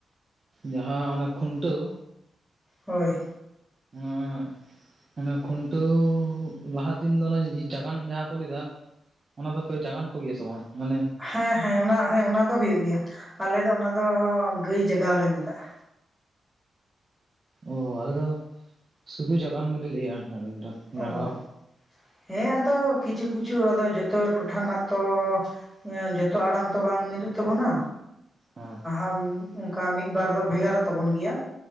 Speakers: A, on the right; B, in the centre.
A: ᱡᱟᱦᱟᱸ ᱚᱱᱟ ᱠᱷᱩᱱᱴᱟᱹᱣ
B: ᱦᱳᱭ,
A: <unintelligible> ᱠᱷᱩᱱᱴᱟᱹᱣ ᱞᱟᱦᱟ ᱫᱤᱱ ᱫᱚ ᱚᱱᱮ ᱡᱟᱜᱟᱱ ᱡᱟᱦᱟᱸ ᱠᱚ ᱞᱟᱹᱭᱫᱟ᱾ ᱚᱱᱟ ᱫᱚ ᱯᱮ ᱡᱟᱜᱟᱱ ᱠᱚᱜᱮᱭᱟ ᱥᱮ ᱵᱟᱝ? ᱢᱟᱱᱮ
B: ᱦᱮᱸ ᱦᱮᱸ ᱚᱱᱟ ᱦᱮᱸ ᱚᱱᱟ ᱫᱚ ᱦᱩᱭᱩᱜ ᱜᱮᱭᱟ, ᱟᱞᱮᱫᱚ ᱚᱱᱟ ᱫᱚ ᱜᱟᱹᱭ ᱡᱟᱜᱟᱣ ᱞᱮ ᱢᱮᱛᱟᱜ-ᱟ᱾
A: ᱚ ᱟᱞᱮ ᱫᱚ ᱥᱩᱫᱷᱩ ᱡᱟᱜᱟᱱ ᱜᱮᱞᱮ ᱞᱟᱹᱭᱟ <inaudible>
B: ᱚ
A: ᱡᱟᱜᱟᱣ
B: ᱦᱮᱸ ᱟᱫᱚ ᱠᱤᱪᱷᱩ ᱠᱤᱪᱷᱩ ᱟᱫᱚ ᱡᱷᱚᱛᱚ ᱴᱚᱴᱷᱟ ᱨᱮᱱᱟᱜ ᱛᱚ ᱮᱸ ᱡᱚᱛᱚ ᱟᱲᱟᱝ ᱛᱚ ᱵᱟᱝ ᱢᱤᱫᱚᱜ ᱛᱟᱵᱚᱱᱟ᱾
A: ᱦᱮᱸ
B: ᱮᱸᱻ ᱚᱱᱠᱟ ᱢᱤᱫ ᱵᱟᱨ ᱫᱚ ᱵᱷᱮᱜᱟᱨᱚᱜ ᱛᱟᱵᱚᱱ ᱜᱮᱭᱟ᱾